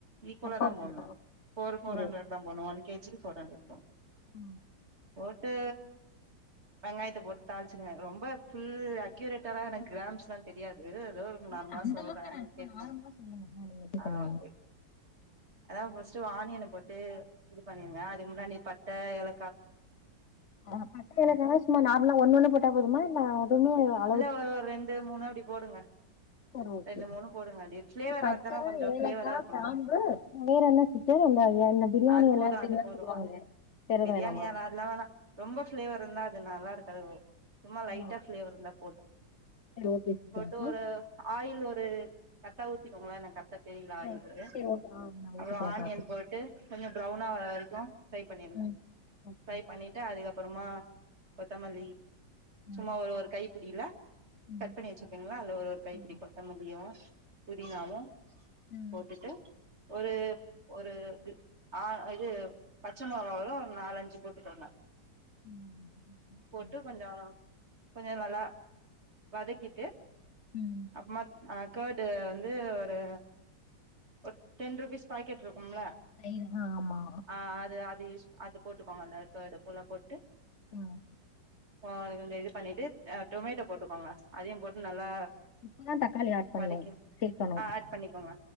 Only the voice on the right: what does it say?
ஈக்குவலா
தான்
போட்னும் ஃபோர் ஃபோர்
ஹண்ட்ரட் தான் போனும் ஒன் கே ஜி க்கு ஃபோர் ஹண்ட்ரட் போனு
போ ட்டு வெங்காயத்த போட்டு தாளிச்சுடுங்க ரொம்ப ஃபுல் அக்யூரேட்டல்லா எனக்கு கிராம்ஸ்ல்லா தெரியாது ஏதோ
நார்மலா
சொல்ற
கேட்டுக்கோங்க
ஆ
ஓகே அதா ஃபஸ்ட்டு ஆனியன போட்டு இது பண்ணியிருங்க அதுக்கு முன்னாடி பட்ட ஏல
இல்ல ஒரு ரெண்டு மூணு அப்டி போடுங்க
ரெண்டு மூணு போடுங்க அப்டி ஃபிளேவர்
அதுதானா கொஞ்சோ
ஃபிளேவரா இருக்குல்ல
அது
போது
அது போது
பிரியாணி
எல அதுலா வேணா ரொம்ப ஃப்ளேவர் இருந்தா அது நல்லா இருக்காது சும்மா லைட்டா
ஃப்ளேவர் இருந்தா போது
போட்டு
ஒரு ஆயில் ஒரு கரட்டா ஊத்திக்கோங்களே எனக் கரட்டா தெரில ஆயிலு
அப்றோ
ஆனியன்
போட்டு கொஞ்சோ ப்ரௌனா வர வரைக்கோ ஃப்ரை பண்ணிருங்க
ஃப்ரை பண்ணிட்டு அதுக்கப்புறமா கொத்தமல்லி
சும்மா ஒரு ஒரு கை பிடில
கட் பண்ணி வச்சிருப்பீங்ல்ல அதுல ஒரு ஒரு கைப்பிடி
கொத்த மல்லியு புதினாவு
போட்டுட்டு ஒரு ஒரு இது ஆ இது பச்ச மொளகா வெறும் நாலஞ்சு போட்டுக்கோங்க
போட்டு கொஞ்சோ கொஞ்ச நல்லா வதக்கிட்டு
அப்பமா ஆ கர்டு வந்து ஒரு ஒரு டென் ருபீஸ் பாக்கெட் இருக்கும்ல
ஆ அது அது யூஸ் அது போட்டுக்கோங்க அந்த கர்டு ஃபுல்லா போட்டு
ஆ கொஞ்சோ இது பண்ணிட்டு் டொமேட்டோ போட்டுக்கோங்க அதையு போட்டு நல்லா
வதக்கி
ஆ ஆட் பண்ணிக்கோங்க